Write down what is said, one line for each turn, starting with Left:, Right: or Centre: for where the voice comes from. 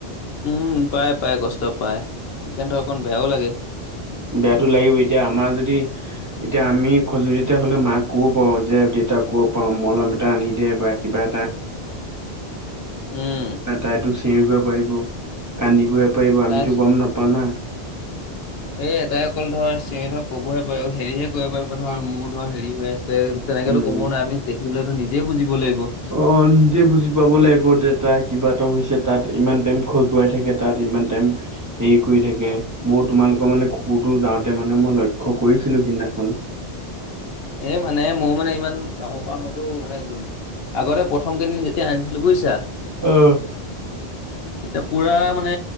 Left: উম, পায় পায় কষ্ট পায়। সেইকাৰণে ত' অকণ বেয়াও লাগে।
Right: বেয়াতো লাগিবই। এতিয়া আমাৰ যদি এতিয়া আমি খজুলি এটা হ'লে মাক ক'ব পাৰোঁ যে দেউতাক ক'ব পাৰোঁ মলম এটা আনি দে বা কিবা এটা
Left: উম।
Right: তাই তোক চিঞৰিবহে পাৰিব, কান্দিবহে পাৰিব,
Left: তাই
Right: আমিতো গম নাপাওঁ না।
Left: এ এটাই অকল ধৰ চিঞৰি ধৰক ক'বহে পাৰিব, হেৰীহে কৰিব পাৰিব ধৰ মোৰ ধৰ হেৰী হৈ আছ ছে। তেনেকেটো
Right: উম।
Left: ক'ব নোৱাৰে। আমি দেখি পেলাই তো নিজে বুজিব লাগিব।
Right: অ নিজে বুজি পাব লাগিব, যে তাই কিবা এটা হৈছে। তাত ইমান টাইম খজুৱাই থাকে। তাত ইমান টাইম হেৰী কৰি থাকে। মোৰ তোমালোকৰ মানে কুকুৰটো যাওঁতে মানে মই লক্ষ্য কৰিছিলোঁ সিদিনা খন।
Left: এ মানে মোৰ মানে ইমান কামৰ পৰা আহোটো মানে আগতে প্ৰথম কেইদিন যেতিয়া আনিছিলো, বুইছা?
Right: অহ।
Left: <unintelligible> তেতিয়া পোৰা মানে